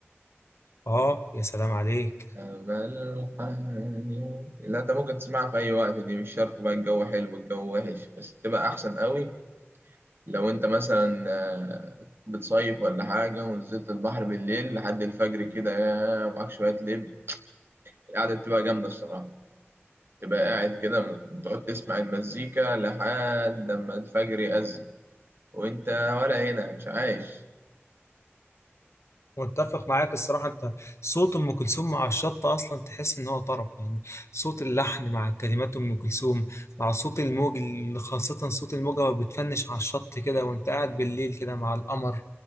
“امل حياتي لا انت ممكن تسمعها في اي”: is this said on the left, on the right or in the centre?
Right